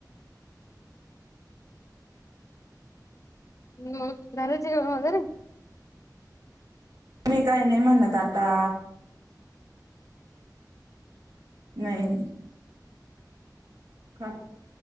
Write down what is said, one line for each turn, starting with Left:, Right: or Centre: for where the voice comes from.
Left: हम्म घरचीत र
Right: मी काही नाही म्हणत आता नाही नाही काय